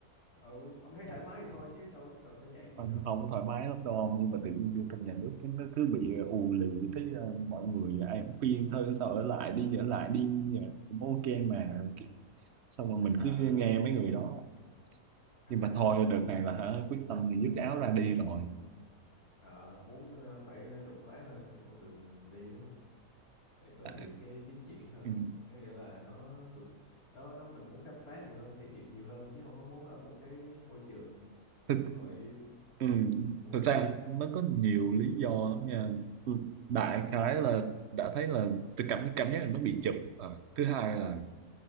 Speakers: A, on the left; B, on the right.
A: ừ, ông thấy thoải mái thì thôi chứ đâu có cần phải nhảy gì
B: không,
A: đâu.
B: không thoải mái lắm đâu nhưng mà tự nhiên vô trong nhà nước cái nó cứ bị ờ, ù lì thấy ờ, mọi người ai cũng khuyên thôi sao ở lại đi ở lại đi ờ, cũng ok mà Kiểu- xong rồi mình
A: Ờ,
B: cứ nghe mấy người đó
A: à,
B: nhưng
A: ra-
B: mà thôi đợt này là hả, quyết tâm thì dứt áo ra đi rồi
A: ờ, muốn ờ, phải đột phá hơn trong con đường mình đi đúng không? phải có
B: Tại-
A: nhiều cái tiến triển hơn
B: ừ.
A: nó nghĩa là nó vực nó nó mình muốn khám phá nhiều hơn trải nghiệm nhiều hơn chứ không có muốn ở một cái môi trường
B: thực
A: ngồi im
B: ừ.
A: ù
B: thực
A: lì
B: ra nó có nhiều lý do lắm nha Ừ, đại
A: ờ
B: khái là đã thấy là tôi cảm cảm giác là nó bị chậm Ờ, thứ hai là